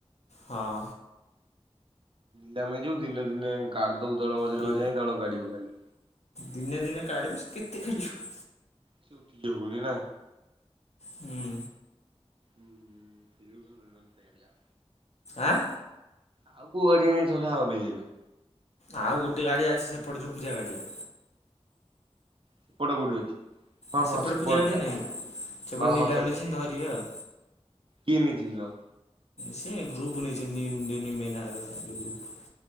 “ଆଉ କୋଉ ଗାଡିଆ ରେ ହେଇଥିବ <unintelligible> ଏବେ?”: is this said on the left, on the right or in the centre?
Right